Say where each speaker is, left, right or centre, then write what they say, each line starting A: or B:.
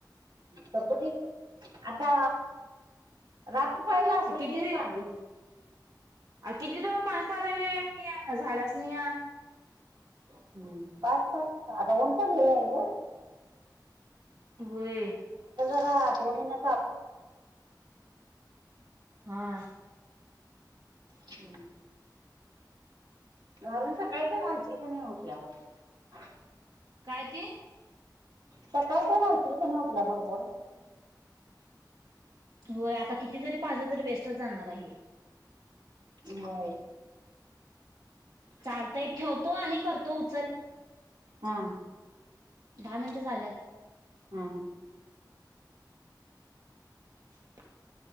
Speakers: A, on the right; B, on the right.
A: प आता रात पाहिला असेल
B: किती
A: की पाणी
B: किती दिवस पानी पाचण्या या झाडच नि या
A: हम्म पा पा आता उटल आहेयग
B: होय
A: तु जरा आठवणीने
B: हा
A: हम् घालून सकाळी तर घालशील कने का नाही उठल्यावर
B: काय ते
A: तर काय ते रायच का नाही उठल्या बरोबर म्हण
B: होय आता किती जरी पाहिलं तरी वे स्टच जाणार आहे
A: होय
B: चालतय ठेवतो आणि करतो उचल
A: हा
B: दहा मिनिटं झाल्यात
A: हम्
B: <inaudible>